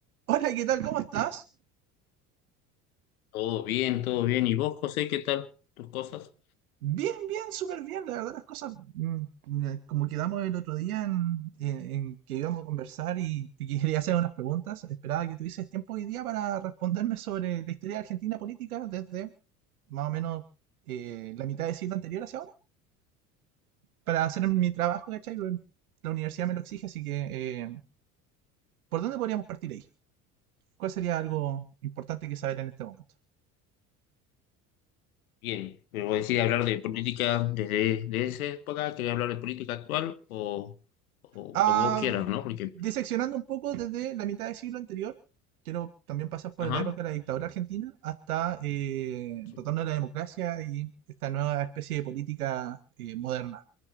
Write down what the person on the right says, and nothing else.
Hola, ¿qué tal? ¿Cómo estás?
Bien, bien, súper bien. La verdad, las cosas, mm, mm, como quedamos el otro día en, en- en que íbamos a conversar y te <laughs> quería hacer unas preguntas, esperaba que tuvieses tiempo hoy día para responderme sobre la historia de Argentina política desde más o menos eh, la mitad del siglo anterior hacia ahora, para hacer mi trabajo, ¿cachai? Bueno, La universidad me lo exige, así que eh, ¿por dónde podríamos partir ahí? ¿Cuál sería algo importante que saber en este momento?
Ah,
diseccionando un poco desde la mitad del siglo anterior, quiero también pasar por
la época de la dictadura argentina hasta eh,
el retorno de la democracia y esta nueva especie de política eh, moderna,